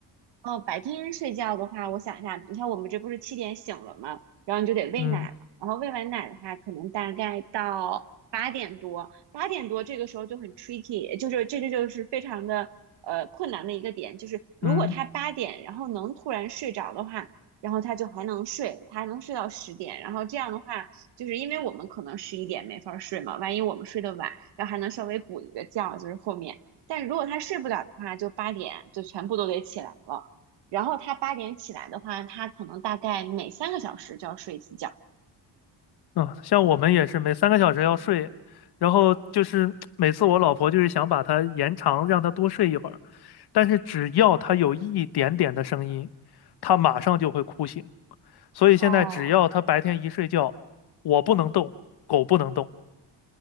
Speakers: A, on the right; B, on the left.
A: 哦，白天睡觉的话，我想一下，你看我们这不是七点醒了吗？然后你就得喂奶了，
B: 嗯
A: 然后喂完奶的话，可能大概到八点多，八点多这个时候就很 tricky，就是这这就是非常的呃困难的一个点，就是如果他八点然后能突然睡着的话，
B: 嗯。
A: 然后他就还能睡，他还能睡到十点，然后这样的话，就是因为我们可能十一点没法儿睡嘛，万一我们睡得晚，然后还能稍微补一个觉，就是后面。但如果他睡不了的话，就八点就全部都得起来了。然后他八点起来的话，他可能大概每三个小时就要睡一次觉。
B: 嗯，像我们也是每三个小时要睡，然后就是 <smacks lips> 每次我老婆就是想把它延长，让它多睡一会儿，但是只要它有一点点的声音，它马上就会哭醒。所以现在只要它白天一睡觉，
A: 哦，
B: 我不能动，狗不能动，